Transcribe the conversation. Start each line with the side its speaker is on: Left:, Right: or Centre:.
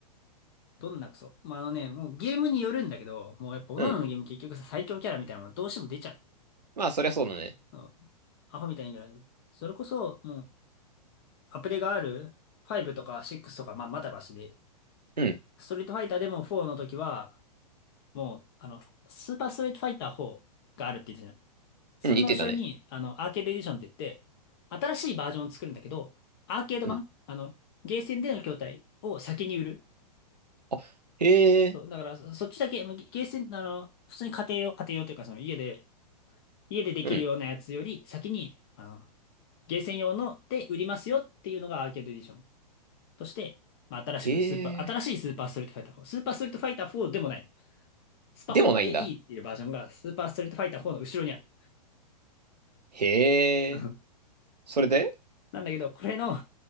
Left: どんなクソ。まあ、あのね、もうゲームによるんだけど、もうやっぱ各々のゲーム結局さ、
Right: うん。
Left: 最強キャラみたいなのがどうしても出ちゃ
Right: まあ、そりゃそうだね。
Left: う。うん。アホみたいなキャラね。それこそ、もう、アプリがある5とか6とか、まあ、まだましで、
Right: うん
Left: ストリートファイターでも4の時は、もう、あの、スーパーストリートファイター4があるって言ってたじゃん。
Right: うん、
Left: それの後ろに、
Right: いけたね。
Left: あの、アーケードエディションって言って、新しいバージョンを作るんだけど、アーケード版、
Right: うん。
Left: あの、ゲーセンでの筐体を先に売る。
Right: あ、へえ、
Left: そう、だからそ、そっちだけ、もうゲゲーセン、あの、普通に家庭用、家庭用というか、その家で、家でできるようなやつより先に、
Right: うん。
Left: あの、ゲーセン用ので売りますよっていうのがアーケードエディション。として、まあ、新しくスーパー、
Right: へえ。
Left: 新しいスーパーストリートファイター4。スーパーストリートファイター4でもない。スパ
Right: でもないんだ。
Left: 4AE っていうバージョンがスーパーストリートファイター4の後ろにある。
Right: へえ。
Left: <laughs>
Right: それで
Left: なんだけど、これの、